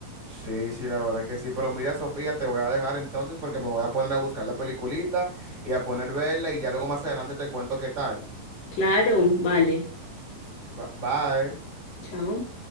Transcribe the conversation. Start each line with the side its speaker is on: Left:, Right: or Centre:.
Right: Sí, sí, la verdad que sí. Pero mira, Sofía, te voy a dejar entonces porque me voy a poner a buscar la peliculita y a poner verla y ya luego más adelante te cuento qué tal.
Left: Claro, vale.
Right: Ba- Bye.
Left: Chao.